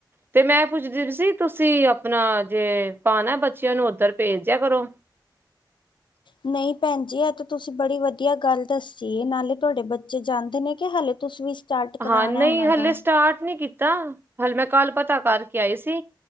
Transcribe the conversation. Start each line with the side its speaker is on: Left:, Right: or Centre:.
Right: ਤੇ ਮੈਂ ਪੁੱਛਦੀ ਪੀ ਸੀ, ਤੁਸੀਂ ਆਪਣਾ ਜੇ ਪਾਣਾ ਬੱਚਿਆਂ ਨੂੰ ਉੱਧਰ ਭੇਜ ਦਿਆ ਕਰੋ? <inaudible>
Left: ਨਈ ਭੈਣ ਜੀ, ਏਹ ਤਾਂ ਤੁਸੀਂ ਬੜੀ ਵਧੀਆ ਗੱਲ ਦੱਸੀ ਐ, ਨਾਲੇ ਤੁਹਾਡੇ ਬੱਚੇ ਜਾਂਦੇ ਨੇ ਕੀ ਹਾਲੇ ਤੁਸੀ ਵੀ ਸਟਾਰਟ ਕਰਾਣਾ
Right: ਹਾਂ ਨਹੀਂ
Left: ਉਹਨਾਂ
Right: ਹਲੇ
Left: ਦਾ
Right: ਸਟਾਰਟ ਨੀ ਕੀਤਾ। ਹਲੇ ਮੈਂ ਕੱਲ੍ਹ ਪਤਾ ਕਰਕੇ ਆਈ ਸੀ।